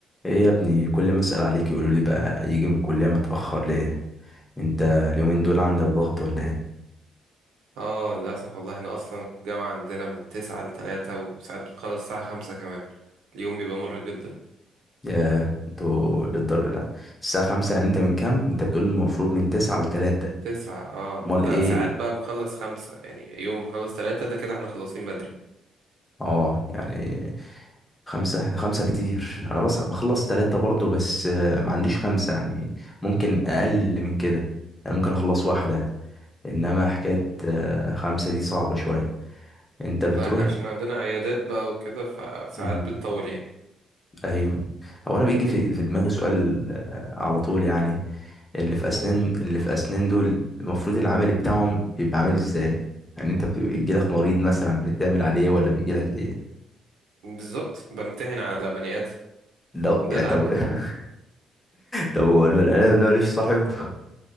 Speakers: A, on the left; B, on the right.
A: ايه يا ابني كل ما اسال عليك يقولوا لي بقى يجي من الكليه متاخر ليه انت اليومين دول عندك ضغط ولا ايه
B: اه للأسف والله احنا أصلا الجامعة عندنا من تسعة لتلاتة وساعات بنخلص الساعة خمسة كمان اليوم بيبقى مرهق جدا
A: يا انتوا للدر لا الساعه خمسة يعني انت من كام انت بتقول المفروض من تسعة لتلاتة
B: تسعة اه
A: امال
B: لا
A: ايه
B: ساعات بقى بنخلص خمسة يعني يوم بنخلص تلاتة ده كده احنا خلصين بدري
A: اه يعني خمسة ده خمسة كتير انا بص بخلص تلاتة برضو بس آه، ما عنديش خمسة يعني ممكن اقل من كده يعني ممكن اخلص واحدة انما حكاية
B: مم.
A: آه، خمسة دي صعبة شوية انت بتروح
B: لا احنا عشان عندنا عيادات بقى وكده فساعات
A: مم.
B: بتطول يعني
A: ايوه هو انا بيجي في في دماغي سؤال آه، على طول يعني اللي في
B: قول
A: اسنان اللي في اسنان دول المفروض العمل بتاعهم يبقى عامل ازاي يعني انت بيجي لك مريض مثلا بتعمل عليه ولا بيجي لك ايه
B: بالظبط بمتحن على بني آدم <laughs>
A: لا
B: ده
A: يعني
B: العملي
A: طب <laughs> طب هو البني ادم ده ماليش صاحب